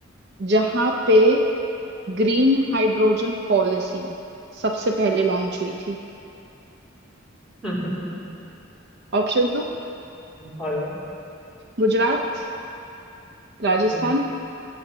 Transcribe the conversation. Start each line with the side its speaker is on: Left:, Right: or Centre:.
Right: जहां पे ग्रीन हाइड्रोजन पॉलिसी सबसे पहले लॉन्च हुई थी
Centre: <laughs>
Right: ऑप्शंस दो
Centre: हेलो
Right: गुजरात राजस्थान
Centre: ओके